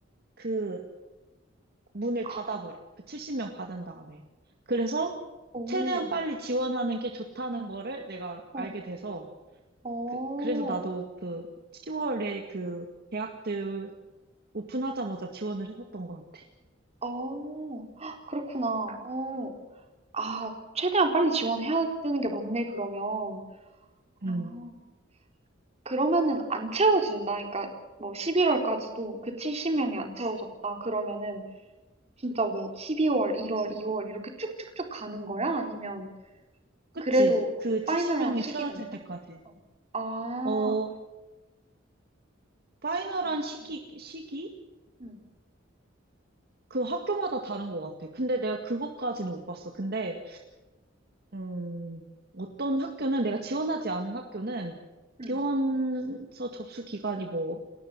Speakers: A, on the right; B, on the right.
A: 그 문을
B: 아,
A: 닫아버려. 그 70명 받은 다음에. 그래서
B: 오.
A: 최대한 빨리 지원하는 게 좋다는 거를 내가
B: 어.
A: 알게 돼서
B: 어.
A: 그, 그래서 나도 그 10월에 그 대학들 오픈하자마자 지원을 했었던 것 같아.
B: 어. 헉, 그렇구나. 어. 아 최대한 빨리 지원해야 되는 게 맞네 그러면. 아.
A: 음,
B: 그러면은 안 채워진다. 그러니까 뭐 11 월까지도 그 70 명이 안 채워졌다 그러면은 진짜 뭐 12 월, 1 월, 2월 이렇게 쭉쭉쭉 가는 거야? 아니면
A: 그치.
B: 그래도
A: 그 70명이
B: 파이널한 시기가
A: 채워질
B: 있나?
A: 때까지.
B: 어. 아.
A: 어, 파이널한
B: 뭐
A: 시기,
B: 음.
A: 시기?
B: 음.
A: 그 학교마다 다른 것 같아. 근데 내가 그것까지는 못 봤어. 근데 음, 어떤 학교는 내가 지원하지 않은 학교는
B: 음.
A: 지원서 접수 기간이 뭐